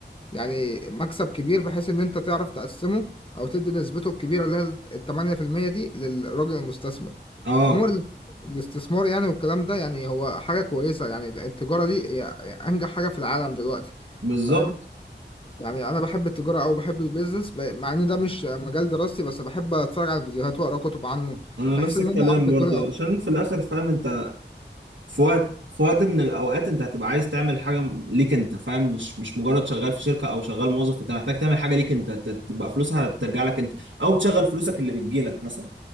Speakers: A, on the left; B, on the right.
A: يعني مكسب كبير بحيث ان انت تعرف تقسمه او تدي نسبته الكبيره اللي هي ال 8% دي للراجل المستثمر
B: اه
A: عموما ال- الاستثمار يعني والكلام ده يعني هو حاجه كويسه يعني التجاره دي هي هي انجح حاجه في العالم دلوقتي
B: بالظبط
A: فاهم يعني انا بحب التجاره او بحب البيزنس ب- مع ان ده مش مجال دراستي بس بحب اتفرج على الفيديوهات واقرا كتب عنه
B: انا
A: بحيث
B: نفس
A: ان
B: الكلام
A: انا اعرف
B: برضه
A: الدنيا
B: عشان في الاخر فاهم انت في وقت في وقت من الاوقات انت هتبقى عايز تعمل حاجه ليك انت فاهم مش مش مجرد شغال في شركه او شغال موظف انت محتاج تعمل حاجه ليك انت ت- تبقى فلوسها ترجع لك انت او تشغل فلوسك اللي بتجيلك مثلا